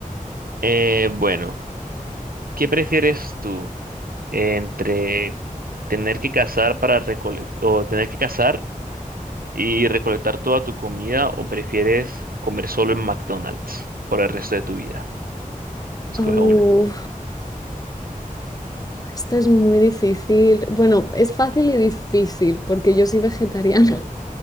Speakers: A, on the right (about 85°); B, on the left (about 25°).
A: Eh, bueno. ¿Qué prefieres tú entre tener que cazar para recolectar o tener que cazar y recolectar toda tu comida o prefieres comer solo en McDonald's por el resto de tu vida? Escoge
B: Uh,
A: una.
B: Esto es muy difícil. Bueno, es fácil y difícil porque yo soy vegetariana.